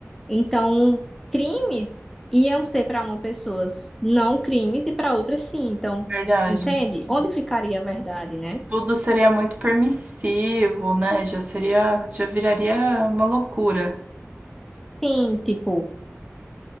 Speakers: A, in the centre; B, on the right.
A: então crimes iam ser para uma pessoa não crimes e para outras sim, então,
B: verdade.
A: entende? Onde ficaria a verdade, né?
B: Tudo seria muito permissivo, né? Já seria, já viraria uma loucura.
A: Sim, tipo,